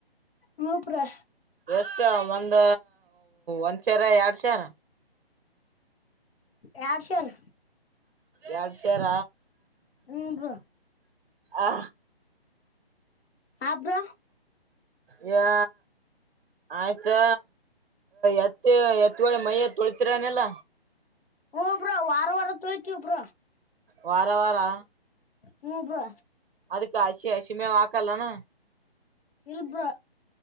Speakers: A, on the left; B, on the right.
A: ಹಪರಾ
B: ಎಷ್ಟ ಒಂದ ಒಂದ್ ಸರ ಎರಡ್ ಸರ
A: ಯಾರಷರ್
B: ಎರಡ್ ಸರ
A: ಹಏನು
B: ಆ
A: ಆಬ್ರ
B: ಯಾ. ಆಯ್ತಾ ಎತ್ತಿ ಎತ್ತಗೇಳೆ ಮೈಯ ತೊಳತಿರನೆಲ್ಲ
A: ಹಬ್ರ ವಾರ ವಾರ ತೋಯ್ತ ಒಬ್ರ
B: ವಾರ ವಾರಾ
A: ಹು ಬ್ರೋ
B: ಅದಕ್ಕೆ ಹಸಿ ಹಸಿ ಮೇವ ಹಾಕಲ್ಲಣ
A: ಶು ಬ್ರೋ